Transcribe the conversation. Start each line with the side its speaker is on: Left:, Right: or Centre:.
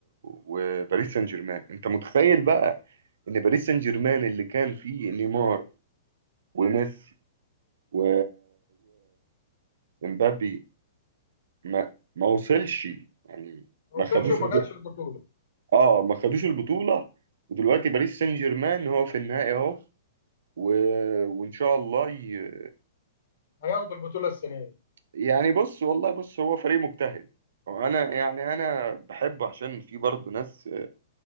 Right: وباريس سان جيرمان أنت متخيل بقى إن باريس سان جيرمان اللي كان فيه نيمار وميسي و... ومبابي ما... ما وصلش يعني
Left: ما
Right: ما
Left: وصلش
Right: خدوش
Left: وما خدش البطولة
Right: اه ما خدوش البطولة ودلوقتي باريس سان جيرمان هو في النهائي اهو و... وان شاء الله ي...
Left: هياخد البطولة السنة دي
Right: يعني بص والله بص هو فريق مجتهد انا يعني انا بحبه عشان في برضه ناس